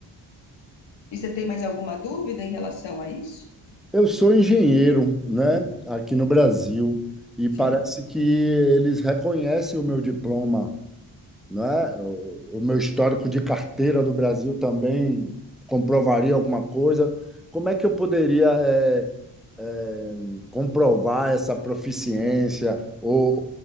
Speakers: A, on the left (about 75°); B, in the centre.
A: E você tem mais alguma dúvida em relação a isso?
B: Eu sou engenheiro, né, aqui no Brasil, e parece
A: Sim.
B: que eles reconhecem o meu diploma, né? O, o meu histórico de carteira do Brasil também comprovaria alguma coisa. Como é que eu poderia, eh, eh, comprovar essa proficiência ou,